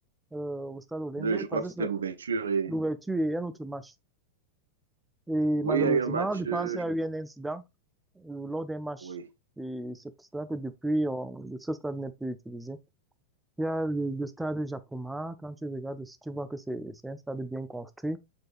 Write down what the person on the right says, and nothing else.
Deux, je crois
que
c'était
l'ouverture et
oui,
il y a eu un match.
euh,
je-
Oui,